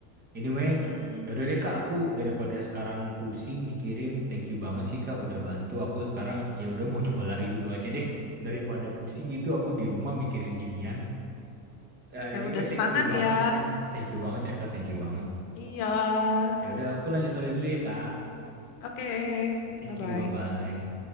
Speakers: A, on the right; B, on the left.
A: Anyway,
B: Mm-mm.
A: yaudah deh Kak, aku daripada sekarang pusing mikirin, thank you banget sih Kak udah bantu aku sekarang. Ya udah mau coba lari dulu aja deh daripada pusing gitu aku di rumah mikirin ginian. Eh,
B: Ya
A: anyway,
B: udah
A: thank
B: semangat
A: you banget
B: ya.
A: ya. Thank you banget ya Kak, thank you banget.
B: Iya.
A: Ya udah aku lanjut lari dulu ya Kak.
B: Oke.
A: Ya thank
B: Bye-bye.
A: you, bye-bye.